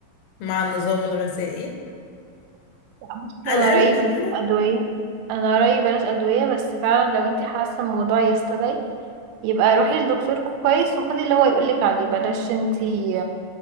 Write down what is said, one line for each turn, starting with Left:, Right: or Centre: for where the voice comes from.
Left: مع النظام الغذائي
Right: لا، بصي
Left: قلقانة
Right: انا رأيي
Left: منها
Right: بلاش ادوية انا رأيي بلاش ادوية بس فعلا لو انتي حاسة الموضوع يستدعي يبقى روحي للدكتور كويس وخدي اللي هو يقولك عليه بلاش انتي